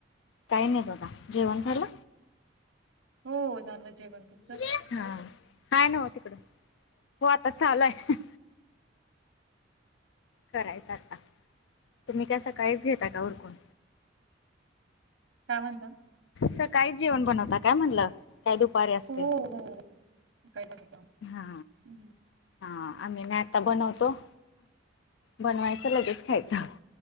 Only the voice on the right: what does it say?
हो झालं जेवण तुमचं.
काय म्हणता?
हो हो काय बनवतो
आम्ही